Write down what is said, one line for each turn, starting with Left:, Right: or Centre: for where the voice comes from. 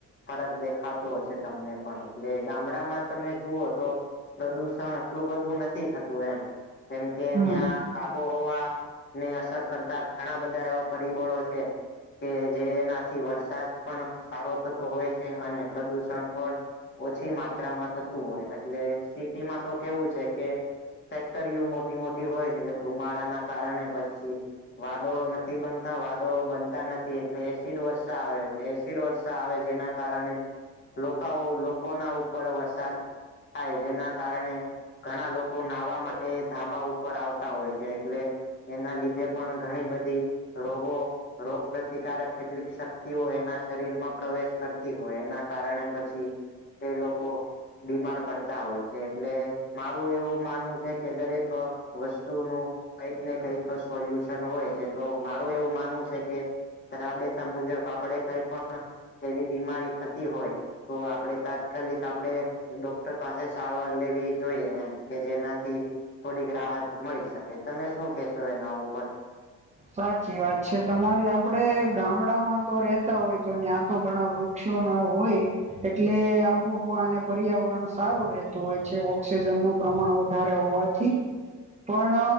Left: ફરક દેખાતો હશે તમને પણ એટલે ગામડામાં તમે જુઓ તો પ્રદુષણ આટલું બધું નથી થતું એમ કેમ કે
Right: હમ
Left: ન્યાં આબોહવાને અસર કરતાં ઘણાં બધાં એવા પરિબળો છે. કે જેનાથી વરસાદ પણ સારો થતો હોય છે અને પ્રદુષણ પણ ઓછી માત્રામાં થતું હોય એટલે સિટીમાં તો કેવું છે કે ફેક્ટરીઓ મોટી-મોટી હોય છે એટલે ધુમાડાના કારણે પછી વાદળો નથી બનતાં વાદળો બનતાં નથી એટલે એસિડવર્ષા આવે છે એસિડવર્ષા આવે જેનાં કારણે લોકાઓ લોકોનાં ઉપર વરસાદ થાય જેના કારણે ઘણાં લોકો નાહવા માટે ધાબા ઉપર આવતા હોય છે એટલે એના લીધે પણ ઘણી બધી રોગો રોગપ્રતિકારક કેટલીક શક્તિઓ એના શરીરમાં પ્રવેશ કરતી હોય એના કારણે પછી તે લોકો બીમાર પડતાં હોય છે એટલે મારું એવું માનવું છે કે દરેક વસ્તુનું કંઈક ને કઈક સોલ્યુશન હોય છે તો મારું એવું માનવું છે કે રાબેતા મુજબ આપડે કઈ પણ એવી બીમારી થતી હોય. તો આપડે તાત્કાલિક આપડે ડોક્ટર પાસે સારવાર લેવી. જોઈએ એમ કે જેનાથી થોડીક રાહત મળી શકે તમે શું કેશો એના ઉપર?
Right: સાચી વાત છે તમારી, આપડે ગામડામાં તો રેતા હોય તો ન્યા તો ઘણાં વૃક્ષ વૃક્ષો ન હોય. એટલે આબોહવા અને પર્યાવરણ સારું રહેતું હોય છે. ઓક્સિજન નું પ્રમાણ વધારે હોય ઠીક પણ